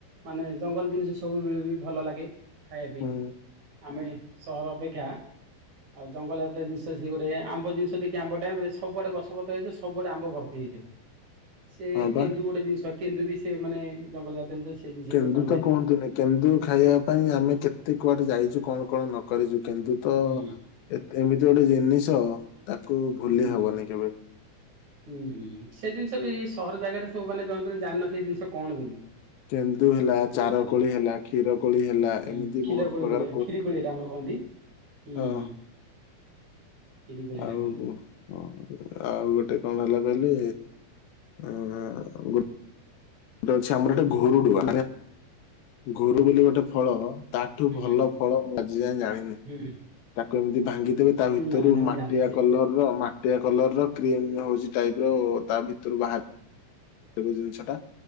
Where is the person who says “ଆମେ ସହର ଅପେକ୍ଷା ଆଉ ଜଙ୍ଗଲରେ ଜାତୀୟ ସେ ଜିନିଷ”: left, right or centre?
Right